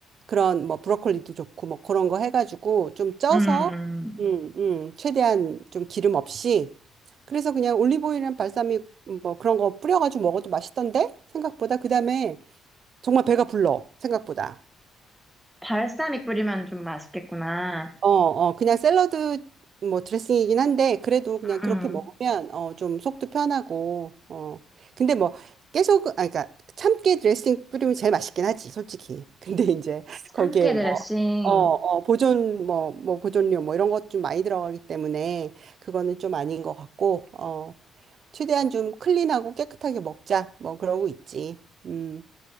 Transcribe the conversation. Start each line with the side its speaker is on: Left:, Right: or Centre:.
Right: 그런 뭐 브로콜리도 좋고 뭐 그런 거 해가지고 좀 쪄서
Centre: 음.
Right: 음, 음, 최대한 좀 기름 없이 그래서 그냥 올리브오일이랑 발사믹 뭐 그런 거 뿌려가지고 먹어도 맛있던데 생각보다 그다음에 정말 배가 불러 생각보다
Centre: 발사믹 뿌리면 좀 맛있겠구나.
Right: 어, 어, 그냥 샐러드 뭐 드레싱이긴 한데 그래도 그냥 그렇게
Centre: 음.
Right: 먹으면 어, 좀 속도 편하고 어. 근데 뭐 계속 아 그러니까 참깨 드레싱 뿌리면 제일 맛있긴 하지 솔직히 근데 이제 <laughs> 거기에
Centre: 참깨 드레싱.
Right: 어, 어, 보존, 뭐, 뭐, 보존료, 뭐, 이런 것 좀 많이 들어가기 때문에, 그거는 좀 아닌 것 같고, 어, 최대한 좀 클린하고 깨끗하게 먹자, 뭐, 그러고 있지. 음,